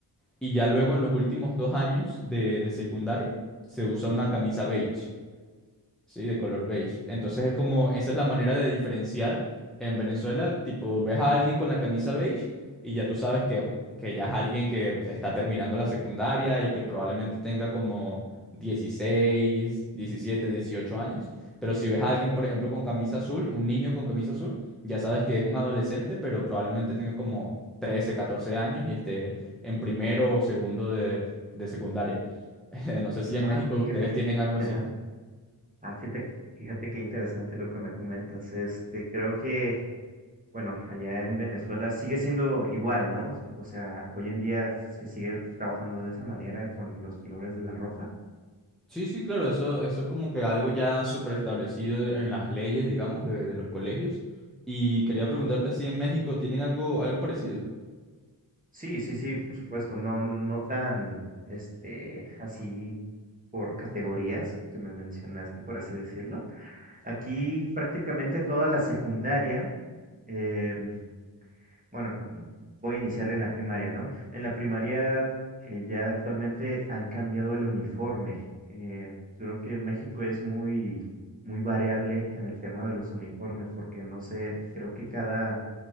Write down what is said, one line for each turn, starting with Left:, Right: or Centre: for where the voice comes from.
Centre: Y ya luego en los últimos dos años de, de secundaria, se usa una camisa beige. Sí, de color beige. Entonces es como, esa es la manera de diferenciar. En Venezuela, tipo, ves a alguien con la camisa beige y ya tú sabes que, es- que ya es alguien que está terminando la secundaria y que probablemente tenga como 16, 17, 18 años. Pero si ves a alguien, por ejemplo, con camisa azul, un niño con camisa azul, ya sabes que es un adolescente, pero probablemente tenga como 13, 14 años y esté en primero o segundo de, de secundaria. <laughs> No sé si
Right: Ah,
Centre: en México
Right: fíjate,
Centre: ustedes tienen algo
Right: ajá.
Centre: así.
Right: Ah, fíjate, fíjate qué interesante lo que me comentas. Este, creo que, bueno, allá en Venezuela sigue siendo igual, ¿no? O sea, hoy en día se sigue trabajando de esa manera con los colores de la ropa.
Centre: Sí, sí, claro, eso, eso es como que algo ya súper establecido en las leyes, digamos, de, de los colegios. Y quería preguntarte si en México tienen algo, algo parecido.
Right: Sí, sí, sí, por supuesto, no, no tan, este, así por categorías que me mencionaste, por así decirlo. Aquí prácticamente toda la secundaria, em, bueno, voy a iniciar en la primaria, ¿no? En la primaria eh, ya actualmente han cambiado el uniforme. Eh, creo que México es muy, muy variable en el tema de los uniformes, porque no sé, creo que cada